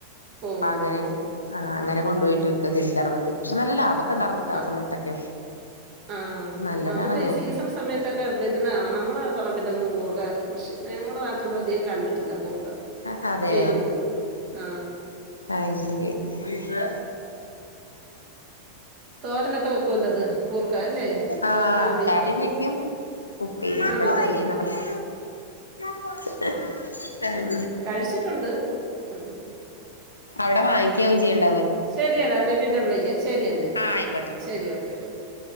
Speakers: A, on the right (about 40°); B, on the left (about 80°).
A: ഓഹ്!
B: അങ്ങനെ അങ്ങനെ കൊണ്ടോയിട്ട് വികായ്യ്കാരം ല്ലെ ശേ നല്ല ലാഭം ഇണ്ടാരുന്നോട്ടാ
A: അ
B: ആ സമയത്തൊക്കെ
A: ആ
B: നല്ലതാണ്
A: നമുക്ക്
B: അങ്ങനെ
A: സീസൺ സമയത്തൊക്കെ.... ട്ട് ന്നാണ് ഞങ്ങളെ പറമ്പിൽ കൂർക്ക കൃഷി ഞങ്ങടെ നാട്ടില് അധികം കണ്ടിട്ടില്ല കൂർക്ക
B: അ അതെ
A: ചെയ്യുന്നത്. ആ.
B: അയ്ശരി. ദീഷേ
A: തോരനൊക്കെ വെക്ക്വല്ലോത് കൂർക്ക, അല്ലേ തോരനു
B: ആഹ്
A: അവിയൽ,
B: കറിയും വെക്കും ഉപ്പേരി
A: ആണല്ലേ?
B: ഇവിടെ ഉപ്പേരിന്നാ പറയാ <unintelligible>
A: കഴിച്ചിട്ടൊണ്ട് ഉം.
B: അവിടെ വാങ്ങിയ്‌ക്കാവും ചെയ്യണ
A: ശരിയടാന്നെ. പിന്നെ വിളിക്ക. ശരി എന്ന
B: ആഹ് ആയിക്കോട്ടെ
A: ശരി ഓക്കെ.